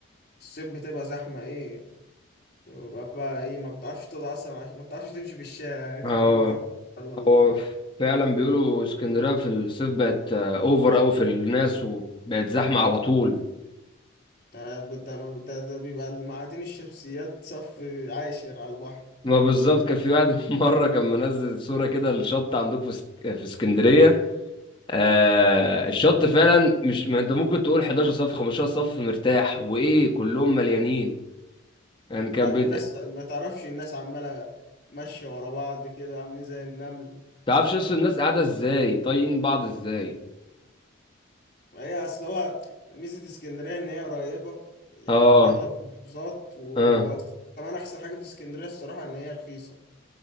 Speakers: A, on the left (about 45°); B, on the left (about 25°).
A: في الصيف بتبقى زحمه ايه بقى, بقى ايه ما بتعرفش تقعد اصلا ما بتعرفش تمشي في الشارع يعني انت
B: اه
A: كمان بتعرف على البحر
B: هو فعلا بيقولوا اسكندرية في الصيف بقت آه، اوفر قوي في الناس وبقت زحمة على طول
A: ده ده ما- ده ده بيبقى معادن الشمسيات صف عاشر على البحر
B: ما بالظبط كان في واحد <laughs> مرة كان منزل صورة كده الشط عندكم في اسك- في اسكندرية آه الشط فعلا مش ما انت ممكن تقول 11 صف 15 صف مرتاح وايه كلهم مليانين يعني كان
A: أو
B: بت...
A: الناس ما تعرفش الناس عمالة ماشية ورا بعض كده عاملين زي النمل
B: تعرفش اصل
A: ما
B: الناس قاعده ازاي طايقين بعض ازاي
A: ما هي أصل هو ميزة اسكندرية إن هي قريبة يعني
B: اه
A: من أغلب المحافظات و-
B: اه
A: وكمان أحسن حاجة في اسكندرية الصراحة إن هي رخيصة